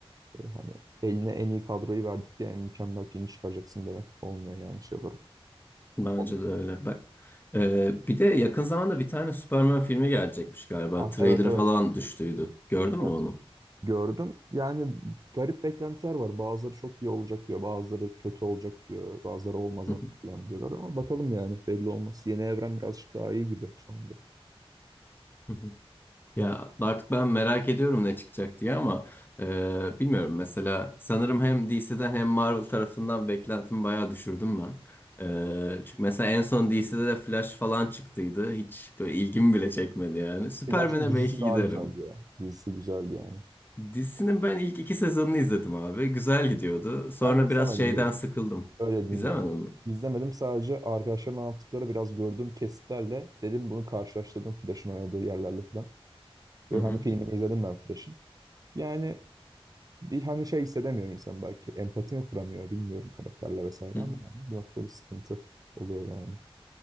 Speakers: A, on the right; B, on the left.
A: E, hani eline en iyi kadroyu verdik diye en mükemmel filmi çıkaracaksın demek olmuyor yani şey olarak.
B: Bence
A: Onu-
B: de öyle. Bak, e, bir de yakın zamanda bir tane Superman filmi gelecekmiş galiba.
A: Ha,
B: Trailer'ı
A: evet evet.
B: falan düştüydü. Gördün
A: Evet.
B: mü onu?
A: Gördüm. Yani garip beklentiler var. Bazıları çok iyi olacak diyor. Bazıları kötü olacak diyor. Bazıları olmaz
B: Hı
A: artık
B: hı,
A: falan diyorlar ama bakalım yani belli olmaz. Yeni evren birazcık daha iyi gibi şu anda.
B: hı hı.
A: Evet.
B: Ya artık ben merak ediyorum ne çıkacak diye ama e, bilmiyorum mesela sanırım hem DC'den hem Marvel tarafından beklentimi bayağı düşürdüm ben. E, çünkü mesela en son DC'de de Flash falan çıktıydı. Hiç böyle ilgimi bile çekmedi yani. Superman'e
A: Flash'ın dizisi
B: belki
A: daha
B: giderim.
A: güzeldi ya. Dizisi güzeldi yani.
B: Dizisinin ben ilk iki sezonunu izledim abi. Güzel gidiyordu. Sonra
A: Ben izlemedim
B: biraz şeyden
A: bile.
B: sıkıldım.
A: Öyle diyeyim
B: İzlemedin
A: yani.
B: mi?
A: İzlemedim sadece arkadaşların anlattıkları biraz gördüğüm kesitlerle dedim bunu karşılaştırdım Flash'ın oynadığı yerlerle falan.
B: Hı
A: Ve
B: hı.
A: hani filmini izledim ben Flash'ın. Yani bir hani şey hissedemiyor insan belki. Empati mi kuramıyor bilmiyorum karakterle vesaire
B: hı
A: ama
B: hı.
A: yani bir noktada bir sıkıntı oluyor yani.